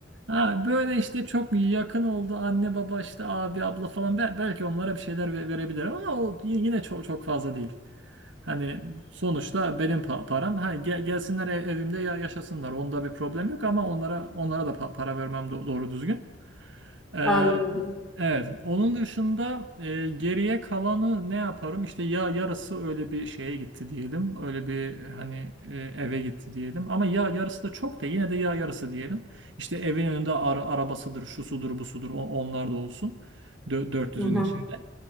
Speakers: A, on the right; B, in the centre.
A: Ha, böyle işte çok yakın oldu anne baba işte abi abla falan Bel- belki onlara bir şeyler ve- verebilirim ama o y- yine çok çok fazla değil. Hani sonuçta benim pa- param. Hani gel- gelsinler ev- evimde ya yaşasınlar. Onda bir problem yok ama onlara onlara da pa- para vermem do- doğru düzgün. Ee,
B: Anladım.
A: Evet. Onun dışında e, geriye kalanı ne yaparım? İşte ya yarısı öyle bir şeye gitti diyelim. Öyle bir hani e, eve gitti diyelim. Ama ya yarısı da çok da yine de ya yarısı diyelim. İşte evin önünde ara- arabasıdır, şu sudur, bu sudur. on- onlar da olsun. Dö- 400'ün
B: Hı hı.
A: içinde.